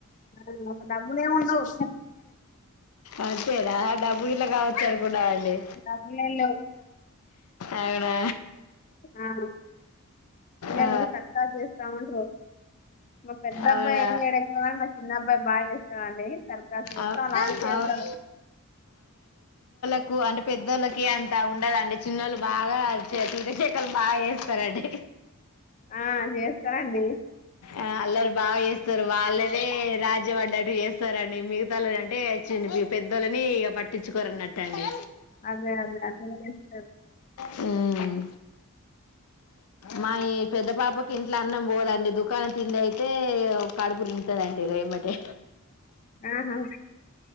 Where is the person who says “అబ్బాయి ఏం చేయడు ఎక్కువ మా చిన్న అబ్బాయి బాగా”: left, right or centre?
Left